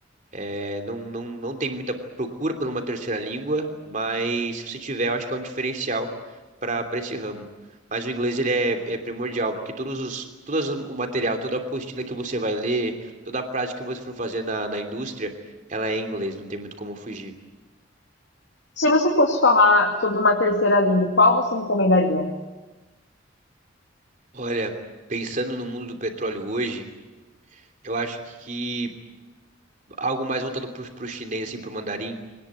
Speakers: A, on the right (about 40°); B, on the left (about 65°).
A: É, não, não, não tem muita procura por uma terceira língua, mas se você tiver, eu acho que é um diferencial para para esse ramo. Mas o inglês ele é, é primordial, porque todos os, todas as- o material, toda a apostila que você vai ler, toda a prática que você for fazer na, na indústria, ela é em inglês, não tem muito como fugir.
B: Se você fosse falar sobre uma terceira língua, qual você recomendaria?
A: Olha, pensando no mundo do petróleo hoje, eu acho que algo mais voltado para o chinês, assim, para o mandarim.